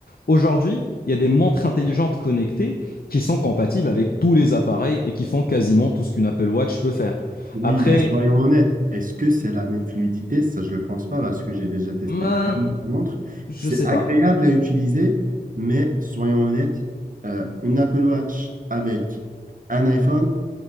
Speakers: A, on the left; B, on the right.
A: Aujourd'hui, il y a des montres intelligentes connectées qui sont compatibles avec tous les appareils et qui font quasiment tout ce qu'une Apple Watch peut faire.
B: Oui,
A: Après,
B: mais soyons honnêtes, est-ce que c'est la même fluidité? Ça, je ne le pense pas parce que j'ai déjà testé
A: ben,
B: un montre.
A: je
B: C'est
A: sais
B: agréable
A: pas.
B: à utiliser, mais soyons honnêtes, euh, une Apple Watch avec un iPhone,